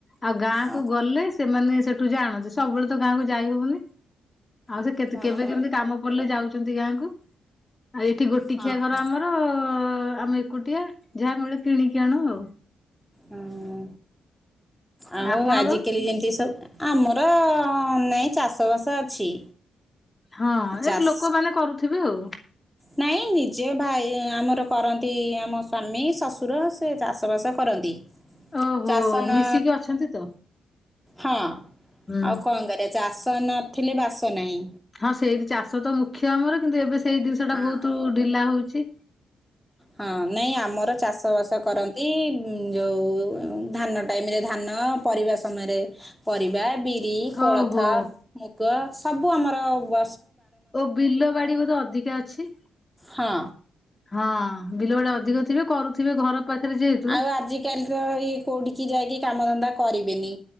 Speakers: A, on the left (about 30°); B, in the centre.
A: ଆଉ ଗାଁ କୁ
B: ଓହୋ
A: ଗଲେ ସେମାନେ ସେଠୁ ଜାଣନ୍ତି ସବୁବେଳେ ତ ଗାଁ କୁ ଯାଇ ହଉନି। ଆଉ ସେ କେତେ
B: ହଁ
A: କେବେ
B: ହଁ
A: କେମିତି କାମ ପଡିଲେ ଯାଉଛନ୍ତି ଗାଁ କୁ। ଆଉ ଏଠି ଗୋଟି
B: ହଁ
A: ଖିଆ ଘର
B: ହଁ।
A: ଆମର। ଆମେ ଏକୁଟିଆ ଯାହା ମିଳେ କିଣିକି ଆଣୁ ଆଉ।
B: ହୁଁ ଆଉ
A: ଆପଣଙ୍କ
B: ଆଜିକାଲି ଯେମିତି ସବୁ ଆମ ର ନାଇଁ ଚାଷ ବାସ ଅଛି।
A: ହଁ ଏ
B: ଚାଷ
A: ଲୋକମାନେ କରୁଥିବେ ଆଉ।
B: ନାଇଁ ନିଜେ ଭାଇ ଆମର କରନ୍ତି ଆମ ସ୍ଵାମୀ ଶ ଶୁର ସେ ଚାଷ ବାସ କରନ୍ତି
A: ଓହୋ
B: ଚାଷ ନ
A: ମିଶିକି ଅଛନ୍ତି ତ
B: ହଁ
A: ହୁଁ
B: ଆଉ କଣ କରିବା ଚାଷ ନଥିଲେ ବାସ ନାହିଁ।
A: ହଁ ସେଇଠି ଚାଷ ତ ମୁଖ୍ୟ ଆମର କିନ୍ତୁ ଏବେ ସେଇ ଜିନିଷ ଟା
B: ହଁ
A: ବହୁତୁ ଢିଲା ହଉଚି।
B: ହଁ ନାଇଁ ଆମର ଚାଷ ବାସ କରନ୍ତି। ଯୋଉ ଧାନ ଟାଇମ ରେ ଧାନ ପରିବା ସମୟରେ ପରିବା ବି ଇ କୋଳଥ
A: ଓହୋ
B: ମୁଗ ସବୁ ଆମର ବ
A: ଓ ବିଲ ବାଡି ବୋଧେ ଅଧିକା ଅଛି
B: ହଁ
A: ହଁ। ବିଲ ବାଡି ଅଧିକ ଥିବେ କରୁଥିବେ ଘର ପାଖରେ ଯେହେତୁ
B: ଆଉ ଆଜିକାଲି ତ ଇଏ କୋଉଠିକି ଯାଇକି କାମ ଧନ୍ଦା କରିବେନି।